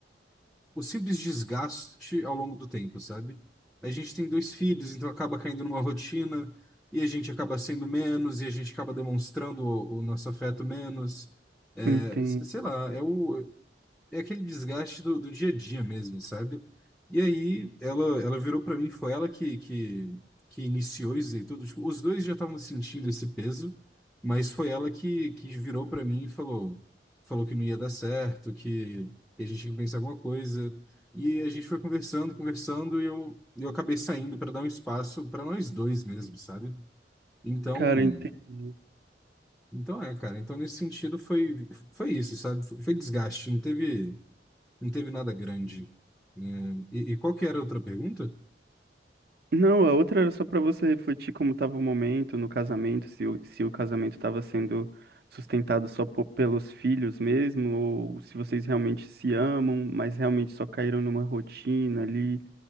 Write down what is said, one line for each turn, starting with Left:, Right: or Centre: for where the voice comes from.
Centre: o simples desgaste ao longo do tempo, sabe? A gente tem dois filhos, então acaba caindo numa rotina, e a gente acaba sendo menos, e a gente acaba demonstrando o, o nosso afeto menos. É,
Right: entendo.
Centre: s- sei lá, é o, é aquele desgaste do, do dia a dia mesmo, sabe? E aí ela, ela virou pra mim, foi ela que, que, que iniciou isso e tudo. Tipo, os dois já estavam sentindo esse peso, mas foi ela que, que virou pra mim e falou, falou que não ia dar certo, que, a gente tinha que pensar em alguma coisa. E a gente foi conversando, conversando, e eu, eu acabei saindo pra dar um espaço pra nós dois mesmo, sabe? Então,
Right: Cara, entendi.
Centre: então é, cara. Então nesse sentido foi, foi isso, sabe? Foi desgaste, não teve. Não teve nada grande. né? E, e qual que era a outra pergunta?
Right: Não, a outra era só pra você refletir como estava o momento no casamento, se o, se o casamento estava sendo sustentado só po- pelos filhos mesmo, ou se vocês realmente se amam, mas realmente só caíram numa rotina ali,